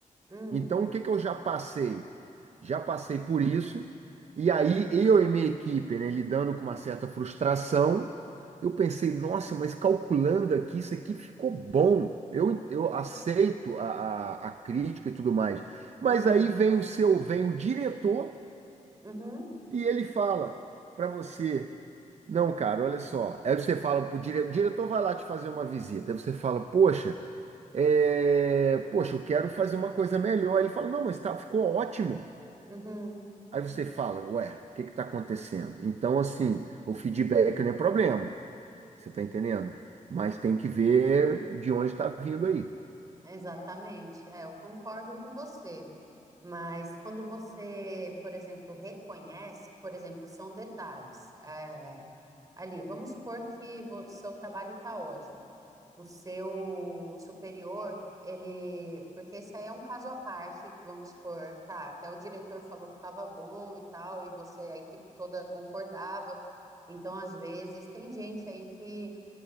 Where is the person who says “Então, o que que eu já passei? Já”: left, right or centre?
Right